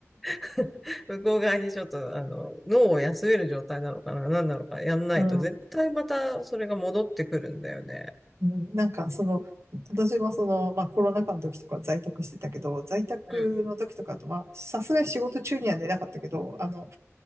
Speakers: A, in the centre; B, on the right.
A: <laughs> 向こう側にちょっと、あの、脳を休める状態なのかな、何なのかやんないと、
B: うん、
A: 絶対またそれが戻ってくるんだよね。
B: うん。なんかその、私もその、まあコロナ禍の時とか在宅してたけど、在宅の時とかあと、
A: うん。
B: まあさすがに仕事中には寝なかったけど、あの、